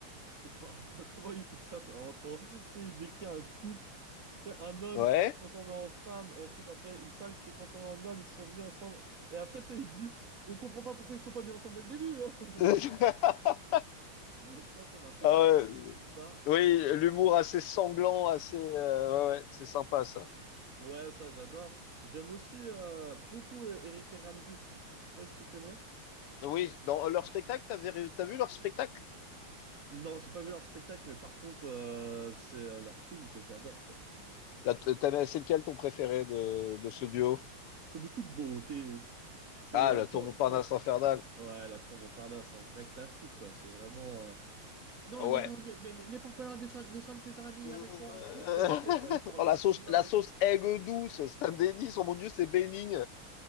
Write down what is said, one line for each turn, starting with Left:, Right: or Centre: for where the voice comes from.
Right: C'est quand... <laughs> Attends, comment il fait ça? C'est vraiment trop... Tu sais, il décrit un couple tu sais, un homme
Left: Ouais.
Right: qui s'est transformé en femme, ensuite après une femme qui s'est transformée en homme, ils se sont mis ensemble. Et après, tu sais, il dit, on comprend pas pourquoi ils sont pas mis ensemble dès le début. hein.
Left: <laughs>
Right: <laughs> Ça, ça m'a fait
Left: Ah
Right: casser
Left: ouais.
Right: une grosse barre.
Left: Oui, l'humour assez sanglant, assez. euh, ouais, ouais, c'est sympa ça.
Right: Ouais, ça, j'adore. J'aime aussi euh, beaucoup Eric et Ramsey. Je sais pas si tu connais.
Left: Oui, dans leur spectacle, t'avais, ré- t'as vu leur spectacle?
Right: Non, j'ai pas vu leur spectacle, mais par contre, euh, c'est euh, leur film que j'adore. quoi.
Left: Là, t- t'avais- c'est lequel ton préféré de, de ce duo?
Right: C'est de toute beauté. C'est
Left: Ah,
Right: euh,
Left: le
Right: tour,
Left: tour Montparnasse
Right: tour...
Left: infernal.
Right: Ouais, la tour Montparnasse, c'est un vrai classique, quoi. C'est vraiment. euh, Non,
Left: Ouais.
Right: non, non, n'aie n'aie- n'aie pas peur, descends, descends tes amis
Left: <laughs>
Right: avec toi. <laughs> Tu sais, quand il parle
Left: Oh,
Right: au
Left: la
Right: chinois,
Left: sauce, la
Right: là.
Left: sauce
Right: il-
Left: aigre douce, Stan Denis, oh mon Dieu, c'est béni.